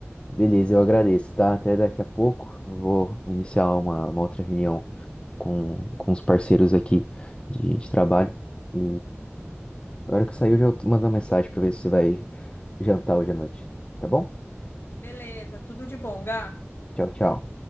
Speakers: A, on the left (about 25°); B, on the left (about 55°).
A: Beleza, eu agradeço, tá? Até daqui a pouco. Eu vou iniciar uma uma outra reunião. com, com os parceiros aqui de, de trabalho. E a hora que sair, eu já mando uma mensagem para ver se você vai jantar hoje à noite. Tá bom?
B: Beleza, tudo de bom, Gá.
A: Tchau, tchau.